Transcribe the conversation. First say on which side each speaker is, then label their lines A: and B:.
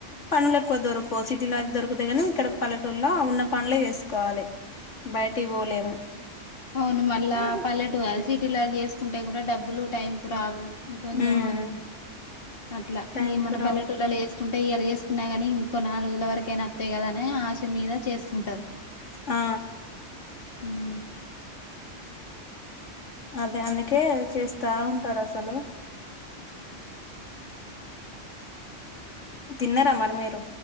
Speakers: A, on the left; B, on the left.
A: పనులు ఎక్కువ దొరకవు సిటీలో అయితే దొరుకుతయి కానీ ఇక్కడ పలేటూరులో ఉన్న పనులే చేసుకో కోవాలి బయటికి పోలేము
B: అవును మళ్ళా పల్లెట ఎల్సిటి లా చేసుకుంటే కూడా డబ్బులు టైం కు రావు కొంచెం
A: ఉమ్
B: అట్లా
A: టైం
B: ఈ మన
A: కు రావు
B: పల్లెటూలలో వేసుకుంటే ఇయాలా వేసు కున్నా గాని ఇంకో నాలుగు రోజుల వరకైయిన వత్తాయి కద అని ఆశ మీద చేసు ఉంటారు
A: ఆ
B: హ్మ్
A: అదే అందుకే చేస్తా ఉంటారు అసలు తిన్నారా మరి మీరు